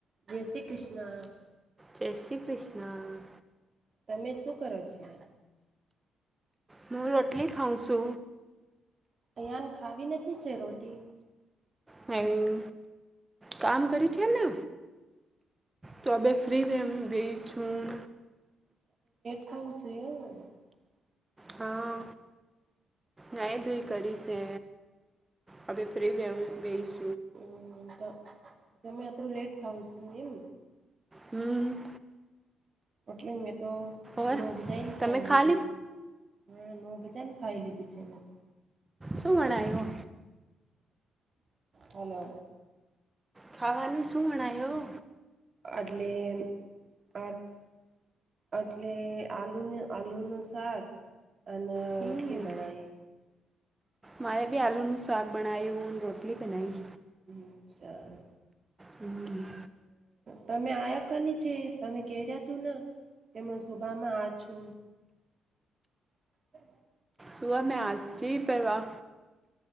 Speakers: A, on the right; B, on the right.
A: જય શ્રી ક્રિષ્ના.
B: જય શ્રી હા.
A: તમે શું કરો છે?
B: મું રોટલી ખાઉં સુ.
A: અહીયાન ખાવી નથી છે રોટી.
B: હમ, કામ કર્યું છે ને. તો બે ફ્રીમ એમ ગઈ છું.
A: ખઉં છું એ
B: હા ના એ દું કરી છે, અ ફ્રી વશ
A: હમ, તો તમે અત્રરું લેટ ખાવં છું એમ
B: હમ
A: એટલે મેં, તો
B: ઓર
A: નોગજાઈને ખાઈ
B: તમે
A: લીધી
B: ખા
A: છે. હા, નવ બજાનું ખાઈ લીધી છે મેં તો
B: શું વણાયો
A: હલો
B: ખાવાનું શું માણયો
A: અડલે આ એટલે આલુ, આલુ નુ શાક અને,
B: હમ
A: રોટલી બણાઈ
B: મારે ભી આલુ નુ શવાગ બનાઈ, હ રોટલી બનાઈ
A: હમ સરા
B: હમ
A: તમે આયા કની છે, તમે કે્યા છો ને કે હ શોભામાં આ છુ હ
B: સુમાં હાચી પેરા